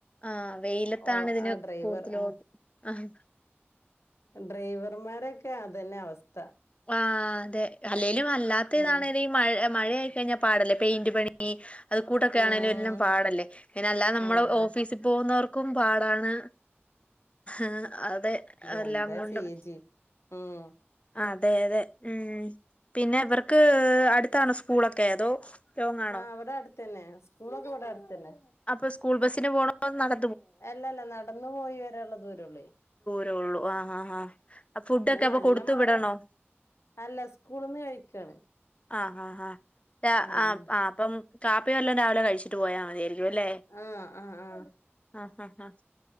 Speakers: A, on the left; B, on the left.
A: ആഹ.. വെയിലത്താണ്
B: ഓ
A: ഇതിന്
B: ആ ഡ്രൈവർ
A: കൂടുതലോട്ടം
B: ആ
A: ആഹ.. !
B: ഡ്രൈവർമാരൊക്കെ അതന്നെ അവസ്ഥ.
A: ആഹ.. അതെ, അല്ലേലും അല്ലാത്ത- ഇതാണെഈ
B: ഉം
A: മഴ, മഴ ആയിക്കഴിഞ്ഞാൽ പാടല്ലേ പെയിന്റ് പണി. അത് കൂട്ടൊക്കെ
B: ഉം
A: ആണെങ്കുംല്ലും പാടല്ലേ, പിന്നെ അല്ലതെ നമ്മള്
B: ആഹ്
A: ഓഫീസിൽ പോകുന്നവർക്ക്. ക്കും പാടാണ് ഉം.. ! അതെ എല്ലാം
B: എന്താ
A: കൊണ്ടും.
B: ചെയ്യ ജി ഉം
A: അതെ.. അതെ.. ഉം.. പിന്നെ ഇവർക്ക് അടുത്താണോ സ്കൂളൊക്കെ? അതോ. ലോങ്ങാണോ
B: ആ വടാട്തന്നെ സ്കൂളൊകെ വടാട്തന്നെ.
A: അപ്പൊ സ്കൂൾ ബസ്സിന് പോണോ നട
B: അല്ലല്ല നടന്നു പോയി വരാംള്ളദൂരള്ളൂ യ്
A: ചുള്ളൂ ആ <unintelligible> ആഹ് ആഹ അ ഫുഡ് ഒക്കെ അപ്പൊ
B: നല്ല
A: കൊടുത്തു
B: മഴ
A: വിടണോ?
B: അല്ല സ്കൂള്ന്ന് കഴിക്കാണ്
A: ആഹ് ആാ ആാ ഡാ
B: ഉം
A: ആ ആ അപ്പം കാപ്പിവല്ലോം രാവിലെ കഴിച്ചിട്ട് പോയാൽ മതിയായിരിക്കും. അല്ലേ
B: ആ ആഹ് ആ
A: ആഹ് ആഹ് ആഹ്